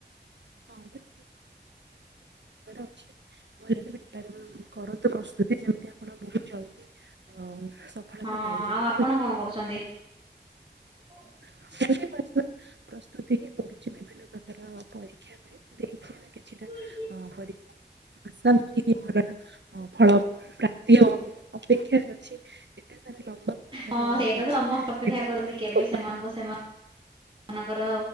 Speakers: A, on the right; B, on the right.
A: ହୁଁ ଅଛି। ଭଲରେ ପ୍ରିପାର କରନ୍ତୁ ପ୍ରସ୍ତୁତି ଯେମିତି ଆପଣ ବହୁତ ଜଲ୍ଦି ଅ, ସଫଳତା
B: ହଁ
A: ପାଇଯାଆନ୍ତୁ
B: ଆଉ ଆପଣ
A: ମୁଁ
B: କଣ କରୁଛନ୍ତି? <inaudible>
A: ବି ବର୍ତ୍ତମାନ ପ୍ରସ୍ତୁତି ହିଁ କରୁଛି ବିଭିନ୍ନ ପ୍ରକାର ପରୀକ୍ଷା ପାଇଁ ଦେଇଛି ଆମେ
B: <inaudible>
A: କିଛିଟା ଅ, ପରୀକ୍ଷା ଆଶା ଅଛି କି ଭଲର ଅ, ଫଳ ପ୍ରାପ୍ତି ହଉ ଅପେକ୍ଷାରେ ଅଛି ଏତେ ସାରା ଲମ୍ବା ତାର
B: ହଁ ସେଇଟା
A: ଅଛି
B: ତ ସମସ୍ତେ
A: ନା
B: ଅପେକ୍ଷା
A: ବିଭିନ୍ନ
B: କରନ୍ତି।
A: ତାର
B: କେବେ
A: ସୋପାନ
B: ସେମାନଙ୍କୁ ସେମାନ ମାନଙ୍କର